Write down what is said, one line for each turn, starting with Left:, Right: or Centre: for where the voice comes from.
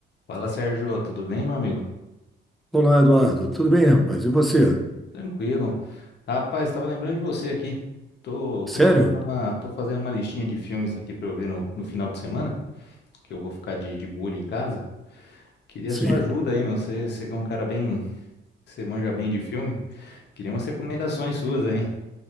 Left: Fala, Sérgio, tudo bem, meu amigo?
Centre: Olá, Eduardo. Tudo bem, rapaz? E você?
Left: Tranquilo. Rapaz, estava lembrando de você aqui. Tô, tô
Centre: Sério?
Left: fazendo uma, tô fazendo uma listinha de filmes aqui para eu ver no, no final de semana, que eu vou ficar de, de molho em casa. Queria
Centre: Sim.
Left: sua ajuda aí, meu. Você, você que é um cara bem, você manja bem de filme. Queria umas recomendações suas aí.